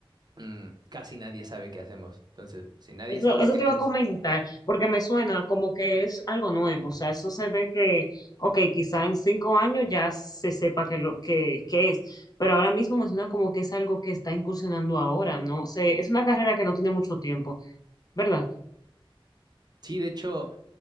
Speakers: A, on the right; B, on the left.
A: mm, casi nadie sabe qué hacemos. Entonces, si nadie
B: Eso,
A: sabe
B: eso
A: qué
B: te
A: haces,
B: iba a comentar, porque me suena como que es algo nuevo. O sea, eso se ve que, ok, quizá en cinco años ya se sepa que lo que, que es, pero ahora mismo me suena como que es algo que está incursionando ahora, ¿no? sé es una carrera que no tiene mucho tiempo, ¿verdad?
A: sí, de hecho.